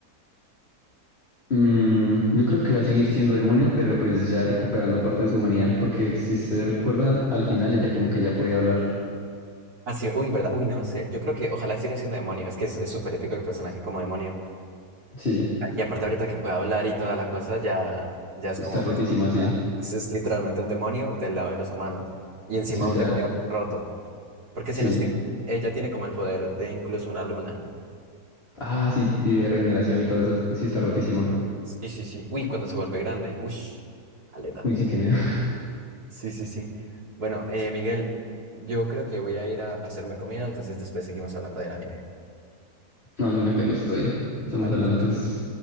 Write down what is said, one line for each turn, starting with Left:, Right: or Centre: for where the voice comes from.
Left: Mm, yo creo que va a seguir siendo demonio, pero pues ya recuperando parte de su humanidad, porque si se recuerda, al final ella como que ya puede hablar.
Right: Ah, sí, uy, ¿verdad? Uy, no sé. Yo creo que ojalá siga siendo demonio. Es que es es súper épico el personaje como demonio.
Left: Sí,
Right: Y aparte ahorita que puede hablar y toda la cosa, ya, ya es
Left: está
Right: como,
Left: rotísima,
Right: pues, sí,
Left: sí,
Right: ya. Es, es literalmente un demonio del lado de los humanos. Y encima
Left: es literal.
Right: un demonio roto. Porque
Left: Sí.
Right: si no estoy mal, ella tiene como el poder de incluso una luna.
Left: Ah, sí, y de regeneración y todo eso, sí está rotísima.
Right: Sí, sí, sí. Uy, cuando se vuelve grande. Ush, aleta.
Left: Uy, sí, que miedo. <laughs>
Right: Sí, sí, sí. Bueno, eh, Miguel, yo creo que voy a ir a hacerme comida, entonces después seguimos hablando del anime.
Left: No, de una, Carlos, estoy. Estamos
Right: Bueno,
Left: hablando
Right: chao,
Left: entonces.
Right: chao. chao.